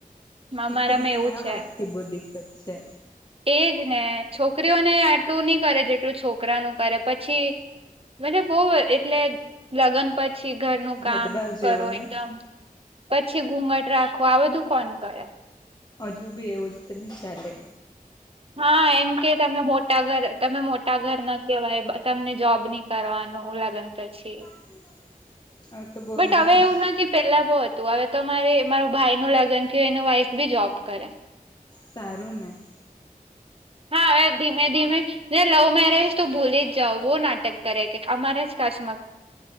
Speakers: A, on the right; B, on the left.
A: અમારામાં
B: એક તો મને
A: એવું
B: આ
A: છે
B: વાત થી બહુ દીકત છે.
A: એજ ને છોકરીઓને આટલું નઈ કરે જેટલું છોકરા નું કરે પછી. મતબ બહ એટલે લગ્ન પછી ઘરનું
B: ભેદભાવ
A: કામ
B: જેવું
A: કરો
B: ને
A: એકદમ. પછી ઘૂઘટ રાખો આ બધું કોણ કરે.
B: હજુ બી એવું જ નહી ચાલે.
A: હા એમ કે. તમે મોટા ઘર તમે મોટા ઘર ના કહેવાય તમને જોબ નહી કરવાનું લગન પછી.
B: <inaudible> તો બહુ
A: બટ
B: હજુ
A: હવે
B: પી
A: એવું નથી પેલા બહોત. તું હવે તો મારે મારું ભાઈ નું લગ્ન થયું એનું વાઇફ બી જોબ કરે.
B: સારું ને.
A: હા એ ધીમે ધીમે. નાને લવ મેરેજ તો ભૂલી જ જાઓ નાટક કરે કે અમારે જ કાશમાં.